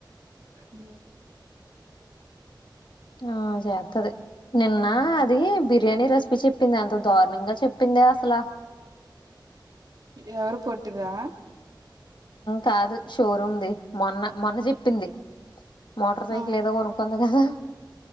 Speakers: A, on the right; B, on the left.
A: హుమ్
B: ఆ చేస్తది నిన్న అది బిర్యానీ రెసిపీ చెప్పింది ఎంత దారుణంగా చెప్పిం దే అసలా
A: ఎవరు పోట్టి దా
B: కాదు షోరూమ్దిి మొన్న మొన్న చెప్పింది మోటార్ సైకిల్
A: ఆ
B: ఏదో కొనుక్కుంది కదా